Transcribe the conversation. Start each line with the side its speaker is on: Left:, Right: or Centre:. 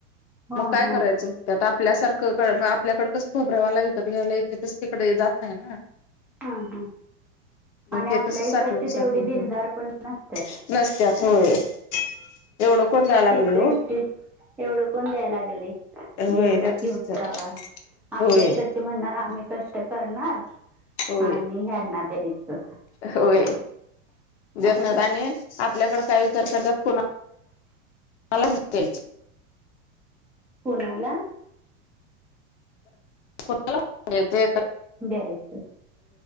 Centre: हा
Left: मग काय
Centre: हा
Left: करायचं? त्यात आपल्यासारखं आपल्याकडे कसं खोबरावाला विकत घ्यायला येतंय, तसं तिकडं जात नाही ना.
Centre: ह ह
Left: मग
Centre: आणि
Left: ते
Centre: आपल्या
Left: तसं साठवून
Centre: इकडचे
Left: साठवून
Centre: तेवढे
Left: ठेवतात
Centre: दिलदार पण नसत्यात.
Left: नसत्यात होय. एवढं कोण द्याय लागलंय
Centre: तिकडची
Left: ओ.
Centre: एवढं कोण द्याय लागलय,
Left: होय
Centre: ये
Left: देत
Centre: बघ घेऊन
Left: नसत्यात
Centre: जावा, आपल्या
Left: होय
Centre: इकड म्हणणार आम्ही कष्ट करणार
Left: होय
Centre: आणि ह्यांना द्यायचं.
Left: होय देत
Centre: असं
Left: नाहीत आणि आपल्याकडे काय विचार करतात, कोणा <unintelligible>
Centre: कुणाला?
Left: <unintelligible>
Centre: द्यायचं